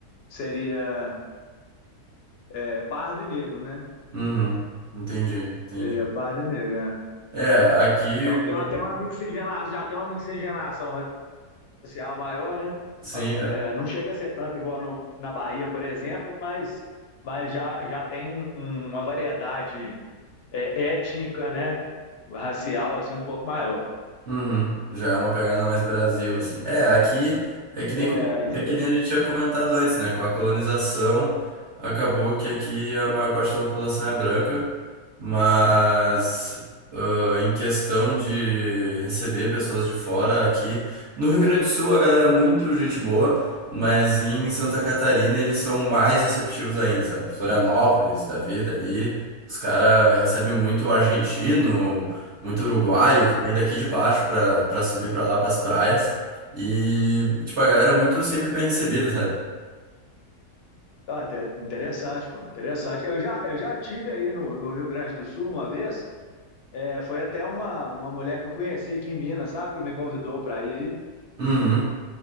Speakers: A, on the left; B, on the right.
A: seria é, pardo e negro, né?
B: uhum. Entendi, entendi.
A: Seria pardo e negro, né?
B: É, aqui,
A: Então
B: com-
A: tem uma, tem uma mixigenação, já tem uma mixigenação social maior, né?
B: sim, já.
A: É, não chega a ser tanto igual no, na Bahia, por exemplo, mas, mas já, já tem um, um, uma variedade é, étnica, né? Racial, assim, um pouco maior.
B: Uhum, já é uma pegada mais Brasil, assim. É, aqui é que nem,
A: É,
B: como-
A: isso
B: é que
A: aí.
B: nem a gente tinha comentado antes, né? Com a colonização, acabou que aqui a maior parte da população é branca, mas ah, em questão de receber pessoas de fora aqui. No Rio Grande do Sul, a galera é muito gente boa, mas em Santa Catarina eles são mais receptivos ainda, sabe? Florianópolis, da vida ali, os caras recebem muito argentino muito uruguaio que vem daqui de baixo pra, pra subir pra lá, pras praias. E, tipo, a galera é muito sempre bem recebida, sabe?
A: Ah, até interessante, pô, interessante. Eu já, eu já tive aí no, no Rio Grande do Sul uma vez, é, foi até uma, uma mulher que eu conheci aqui em Minas, sabe? Que me convidou para ir aí.
B: Uhum.